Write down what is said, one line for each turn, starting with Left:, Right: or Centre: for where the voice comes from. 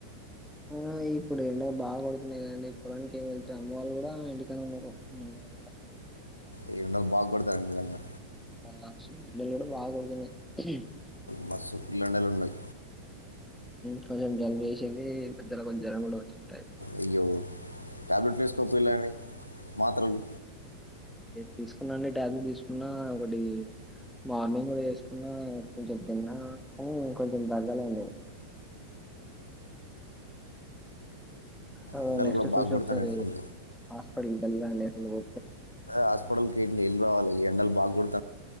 Centre: ఆ ఇప్పుడు ఎండ బాగా పడుతున్నాయి కదండి పొలానికి ఏం వెళ్తారు అమ్మ వాళ్ళు కూడా ఇంటికనే ఉన్నారు నాన్న
Left: ఈ రెండలు బాగపడితే అది మేలు కదా
Centre: <unintelligible>
Left: బస్సు ఫ్రీ గండలు ఉన్నాయి
Centre: కొంచెం జలుబు చేసింది మధ్యలో కొంచం జ్వరం కూడా వచ్చిన ట
Left: అయ్యో టాబ్లెట్లు వేసుకోపోయిల్లండి మాత్రలు
Centre: తీసుకున్నాండి టాబ్లెట్ తీసుకున్నా ఒకటి మార్నింగ్ కూడా వేసుకున్నా కొంచెం తిన్నా కా ఇంకొంచెం తగ్గాలండి ఆ
Left: ఎండలు
Centre: నెక్స్ట్
Left: కూడా
Centre: చూసి
Left: బాగా కొడుతున్నాయి
Centre: ఒకసారి
Left: ఫుల్
Centre: హాస్పటల్ ఎల్లండి స్లో
Left: హాస్పిటల్ కిడ్నీల్ కూడా వాళ్ళియర్ ఎండలు బాగోడ్